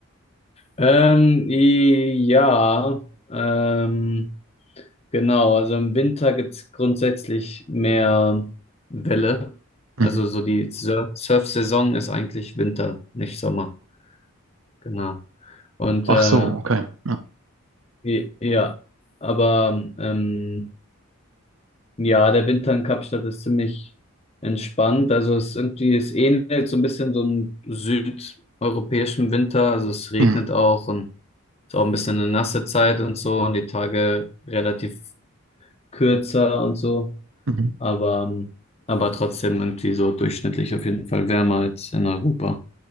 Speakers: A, on the left (about 30°); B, on the right (about 65°).
A: Ähm, i- ja, ähm, genau. Also im Winter gibt es grundsätzlich mehr Welle. Also
B: Mhm.
A: so die Sur- Surf-Saison ist eigentlich Winter, nicht Sommer. Genau. Und
B: Ach
A: äh,
B: so, okay. Ja.
A: I- Ja, aber ähm, ja, der Winter in Kapstadt ist ziemlich entspannt. Also es ist irgendwie, es ähnelt so ein bisschen so einem südeuropäischen Winter. Also es regnet
B: Mhm.
A: auch und ist auch ein bisschen eine nasse Zeit und so und die Tage relativ kürzer und so.
B: Mhm.
A: Aber, ähm, aber trotzdem irgendwie so durchschnittlich auf jeden Fall wärmer als in Europa.